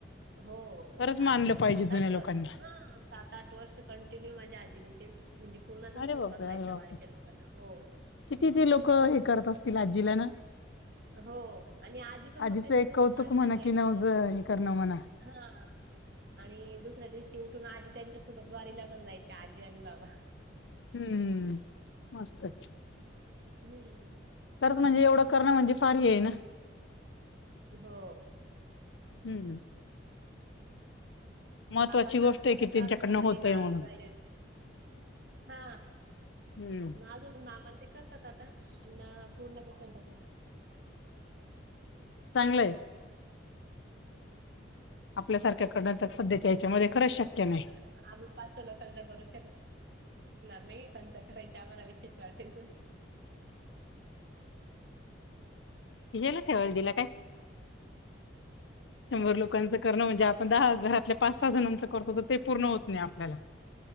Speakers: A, on the right; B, on the left.
A: हो
B: खरंच
A: सात
B: मानलं पाहिजे
A: सात
B: जुन्या
A: आठ
B: लोकांना
A: व ह सात आठ वर्ष कंटिन्यू माझ्या आजीने तेच म्हणजे पूर्णाचाच
B: अरे
A: स्वयंपाकराहायचा.
B: बापरे अरे बापरे
A: लोकांना हो..
B: किती ते लोक हे करत असतील आजीला ना
A: हो आणि आजी पण
B: आजीचं
A: मग त्यांच्या
B: एक
A: सोबत
B: कौतुक
A: वारीला
B: म्हणा
A: जायची
B: की नवज
A: हो.
B: हे करणं म्हणा
A: हा. आणि दुसऱ्या दिवशी उठून आजी त्यांच्यासोबत वारीला पण जायचे आजी आणि बाबा.
B: हम्म हमम.. मस्तय.
A: हम्म..
B: खरंच म्हणजे एवढ करणं म्हणजे फार हेना.
A: हो
B: हम्म... महत्त्वाची
A: बाबांनाचा
B: गोष्ट
A: इतका
B: आहे की
A: त्रास
B: त्यांच्याकडनं
A: होता तरी
B: होतय
A: वा
B: म्हणून
A: जा हा
B: हम्म
A: नाल अ मामण ते करतात आता पुरणाचा स्वयंपाक नाही
B: चांगलंय.
A: <inaudible>
B: आपल्यासारख्या करण तर सध्याच्या याच्यामध्ये खरंच शक्य नाही.
A: <unintelligible> पाच लोकांचा करू शकतो. नाही नाही त्यांच्याकडे आम्हाला विशेष वाटायच.
B: याला ठेवायला दिला काय? शंभर लोकांच करणं म्हणजे आपण दहा घरातल्या पाच सहा जणांच करतो. ते पूर्ण होत नाही आपल्याला.